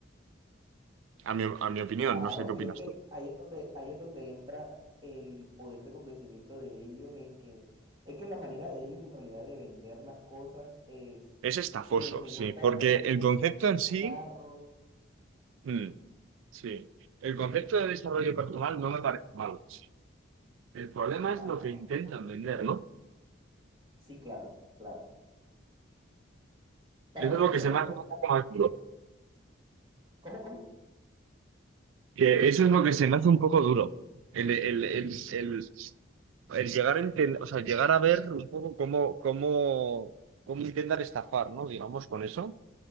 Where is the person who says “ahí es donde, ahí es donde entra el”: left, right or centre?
Right